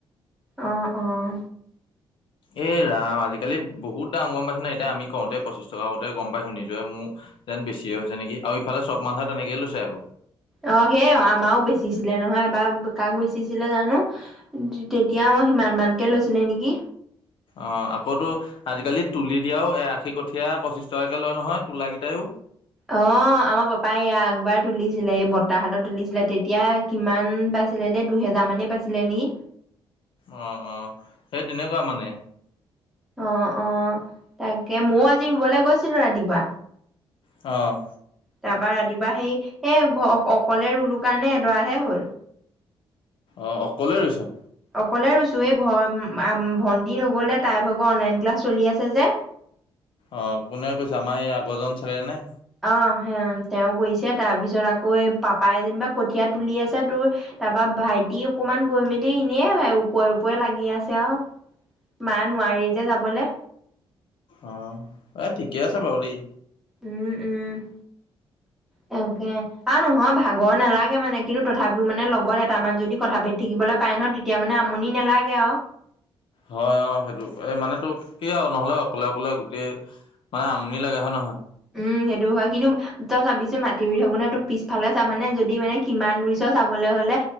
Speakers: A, in the centre; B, on the left (about 60°).
A: অঁ অঁ'
B: এই ৰাম আজি- কালি বহুত দাম গম পাইছনে নাই এতিয়া আমি কওঁতে পঁচিশ টকা কওঁতে গম পাইছো নিজৰে মো- যেন বেছি হৈছে নেকি। আৰু ইফালে চব মানুহে তেনেকেই লৈছে আক।
A: অঁ সে আও আমাও বেচিছিলে নহয় এবাৰ কাক বেচিছিলে জানো? তেতিয়া মই আমা সিমান মানকে লৈছিলে নেকি।
B: অঁ আকৌতো আজিকালি তুলি দিয়াও এ আশী কঠীয়া পঁচিছ টকাকে লয় নহয় তোলাকেইটায়ো।
A: অঁ আমাৰ পাপাই এই আকবাৰ তুলিছিলে এই বত্তাহত তুলিছিলে তেতিয়া- কিমান পাইছিলে দেই দুহেজা মানেই পাইছিলে নেকি।
B: অঁ অঁ' সেই তেনেকুৱা মানে।
A: অঁ অঁ তাকে ময়ো আজি ৰুবলে গৈছিলো ৰাতিপুৱা।
B: অঁ'
A: তাপা ৰাতিপুৱা সেই এ অকলে ৰুলো কাৰণে এডৰাহে হল।
B: অঁ অকলে ৰুইছ।
A: অকলে ৰুইছো এই ভন্টি ৰুবলে তাইৰ ভাগ অনলাইন ক্লাছ চলি আছে যে।
B: অঁ কোনে কৈছে আমাৰ এই আগৰজন চাগে নে।
A: অঁহ সে তেওঁ কৰিছে তাৰ পিছত আকৌ এই পাপাই যেনিবা কঠীয়া তুলি আছে তোৰ- তাপা ভাইটি অকমান গৈ মেলি এনেই ওপৰে ওপৰে লাগি আছে আও। মা নোৱাৰি যে যাবলে।
B: অঁ এই ঠিকে আছে বাৰু দেই।
A: উম' উম' তাকে আৰু নহয় ভাগৰ নালাগে মানে কিন্তু তথাপিও মানে লগত এটামান যদি কথা পাতি থাকিবলে পায় নহয় তেত- তিয়া মানে আমনি নালাগে আও।
B: হয় অ সেইটো এ মানে তো কি আৰু নহ'লে অকলে অকলে গোটেই মানে আমনি লাগে হয় নহয়
A: উম সেইটো হয় কিন্তু তই চাবিছোন মাটি ৰুই থাকোতে তোৰ পিছফালে চাবানে যদি মানে কিমান ৰুইছ চাবলৈ হ'লে